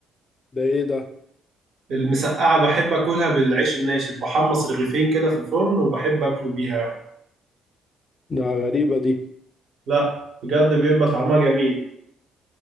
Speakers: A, on the left; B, on the right.
A: ده إيه ده؟
B: المسقعة بحب اكلها بالعيش الناشف بحمص رغيفين كده في الفرن وبحب اكله بيها يعني
A: ده غريبة دي
B: لا بجد بيبقى طعمها جميل